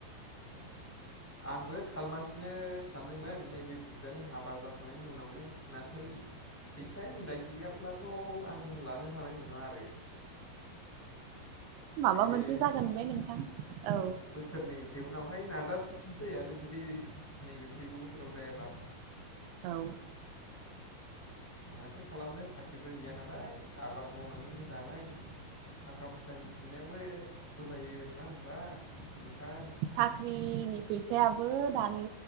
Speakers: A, in the centre; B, on the right (about 80°).
A: <inaudible> आंबो खालमासिनो सानदोंमोन नैबे बिदानि हाबा जाखांनायनि उनावनो नाथाय फैसाया मिलायहैयाब्लाथ' आं लानो हानाय नङा आरो।
B: माबा
A: नैबे
B: मोनसे जागोन बे नोंथां औ
A: बोसोरनैसो उनावहाय नाजासिफिनसै आरो जुदि नैबे फैगौ बोसोराव जायाबा।
B: औ
A: माथो खालामनो साख्रिफोर गैया नालाय आबाद मावनानैनो जानाय। थाखा फैसा बुथुमनायावबो खस्थ' जायो नङा होनबा नोंथां?
B: साख्रिनि फैसायाबो दानि